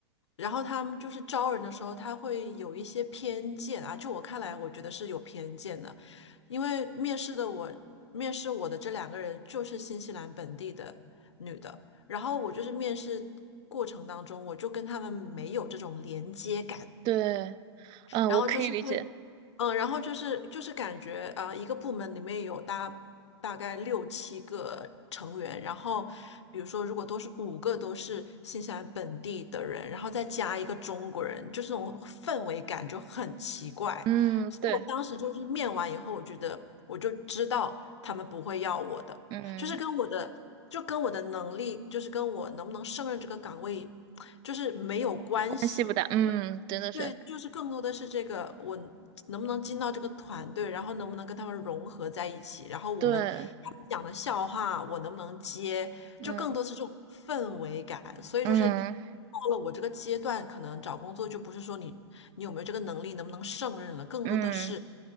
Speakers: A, on the left; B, on the right.
A: 然后他们就是招人的时候，他会有一些偏见啊，就我看来，我觉得是有偏见的，因为面试的我面试我的这两个人就是新西兰本地的。女的，然后我就是面试过程当中，我就跟他们没有这种连接感，
B: 对，嗯，
A: 然后就是会，
B: 我可以理解，
A: 嗯，然后就是就是感觉呃，一个部门里面有大大概六七个成员，然后比如说如果都是五个都是新西兰本地的人，然后再加一个中国人，就这种氛围感就很奇怪，
B: 嗯，
A: 所以我当时就是面完以后，
B: 对，
A: 我觉得我就知道他们不会要我的，
B: 嗯，
A: 就是跟我的就跟我的能力，就是跟我能不能胜任这个岗位，就是没有关系。
B: 关系不大，嗯，真的是，
A: 对，就是更多的是这个，我能不能进到这个团队，然后能不能跟他们融合在一起，然后我们他们讲的笑话，
B: 对，
A: 我能不能接，
B: 嗯
A: 就更多是这种氛围感。所以就是到
B: 嗯
A: 了我这个阶段，可能找工作就不是说你你有没有这个能力，能不能胜任了，更多的是
B: 嗯，